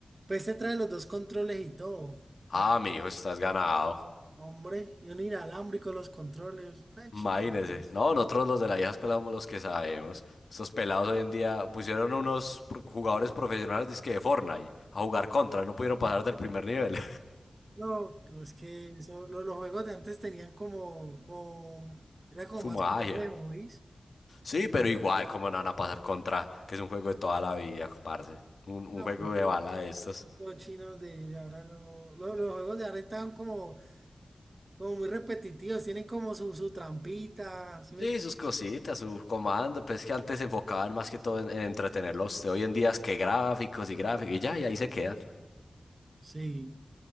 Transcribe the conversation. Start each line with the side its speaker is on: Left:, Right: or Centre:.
Right: Pues se trae los dos controles y todo.
Left: Ah,
Right: No,
Left: mijo, estás ganado.
Right: hombre, y un inalámbrico los controles. Ah, chingón.
Left: Imagínese. No, nosotros los de la vieja escuela somos los que sabemos. Estos pelados hoy en día pusieron unos pro- jugadores profesionales dizque de Fortnite a jugar contra. No pudieron pasar del primer nivel.
Right: No, es que eso- lo- los juegos de antes tenían como, como- era como
Left: <laughs> Su
Right: más
Left: magia.
Right: complejo, ¿oís?
Left: Sí, pero igual, como no van a pasar contra? Que es un juego de toda la vida, parce. Un, un
Right: No,
Left: juego
Right: pues
Left: de bala de estos.
Right: los chinos de, de ahora no, los los, juegos de ahora están como, como muy repetitivos, tienen como su, su trampita, ¿sí me
Left: Sí,
Right: entiendes?
Left: sus cositas, sus comandos. Pues que antes se enfocaban más que todo en, en entretenerlo a usted. Hoy en día es que gráficos y gráficos y ya, y ahí se quedan.
Right: Sí,